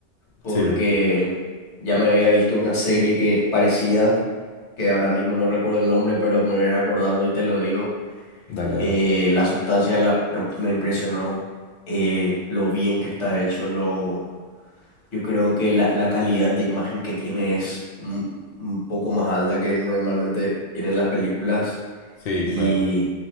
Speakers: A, on the left; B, on the left.
A: porque
B: Sí,
A: ya me había visto una serie que es parecida, que ahora mismo no recuerdo el nombre, pero me voy acordando y te lo digo.
B: dale,
A: Eh,
B: dale.
A: la sustancia la- me, me impresionó, eh, lo bien que está hecho, lo Yo creo que la, la calidad de imagen que tiene es un, un poco más alta que normalmente tienen las películas
B: Sí,
A: y,
B: claro.